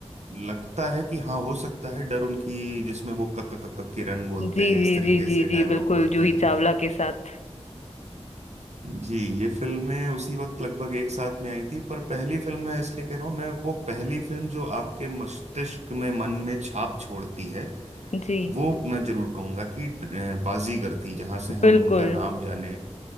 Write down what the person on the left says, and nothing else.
जी
जी
जी
जी
जी बिल्कुल
जूही
चावला के साथ
जी
बिल्कुल